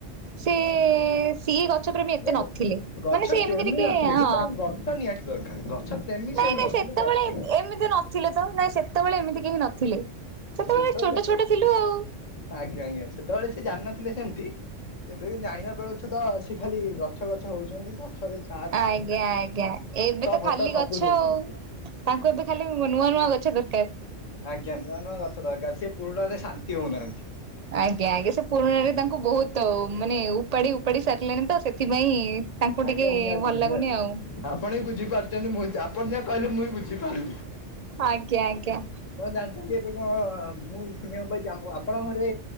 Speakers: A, on the right; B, on the left.
A: ସିଏ ସିଏ ଗଛ ପ୍ରେମୀ ଏତେ
B: ନାଇଁ
A: ନଥିଲେ
B: ନାଇଁ ଗଛ
A: ମାନେ ସେ
B: ପ୍ରେମୀ
A: ଏମିତି ଟିକେ
B: ନଥିଲେ
A: ହଁ।
B: କିନ୍ତୁ ତାଙ୍କୁ ଗଛ ନିହାତି ଦରକାର ଗଛ ପ୍ରେମୀ
A: ନାଇଁ
B: ସେ ନୁହଁ
A: ନାଇଁ ସେତେବୋଳେ
B: କିନ୍ତୁ ଗଛ
A: ଏମିତି ନଥିଲେ ତ ନାଇଁ ସେତୋବୋଳେ ଏମିତି କେହି ନଥିଲେ। ସେତେବେଳେ
B: ସେତୋବୋଳେ
A: ଛୋଟ
B: ନଥିଲେ
A: ଛୋଟ ଥିଲୁ ଆଉ।
B: ଆଜ୍ଞା ଆଜ୍ଞା ସେତୋବୋଳେ ସିଏ ଜାନଥିଲେ ସେମତି। ଏବେ ବି ଜାଣିବା <unintelligible> ଅଛୁ ତ ସିଏ ଖାଲି ଗଛ ଗଛ ହୋଉଛନ୍ତି ଗଛ ଗ
A: ଆଜ୍ଞା ଆଜ୍ଞା ଏବେ ତ
B: ଫତ
A: ଖାଲି
B: ସବୁ
A: ଗଛ
B: ଦଉଛନ୍ତି
A: ଆଉ। ତାଙ୍କୁ ଏବେ ଖାଲି ନୂଆ ନୂଆ ଗଛ ଦରକାର।
B: ଆଜ୍ଞା ନୂଆ ନୂଆ ଗଛ ଦରକାର ସିଏ ପୁରୁଣାରେ ଶାନ୍ତି ହୋଉନାହାନ୍ତି।
A: ଆଜ୍ଞା ଆଜ୍ଞା ସେ ପୁରୁଣାରେ ତାଙ୍କୁ ବୋହୁତୁ ମାନେ ଉପାଡି ଉପାଡି ସାରିଲେଣି ତ ସେଥିପାଇଁ ତାଙ୍କୁ ଟିକେ
B: ଆଜ୍ଞା ନିହାତି
A: ଭଲ
B: ନିହାତି
A: ଲାଗୁନି ଆଉ
B: ଆପଣ ବି ବୁଝିପାରୁଚନ୍ତି ମୁଁ ଯା ଆପଣ ଯାହା କହିଲେ ମୁଁ ବି ବୁଝିପାରିବି।
A: ଆଜ୍ଞା ଆଜ୍ଞା।
B: ପଣ ଜାଣିଛନ୍ତି ଏବେ କଁ ମୁଁ ଶୁଣିବାକୁ ପାଇଚି ଆମ୍ବ ଆପଣଙ୍କ ଘରେ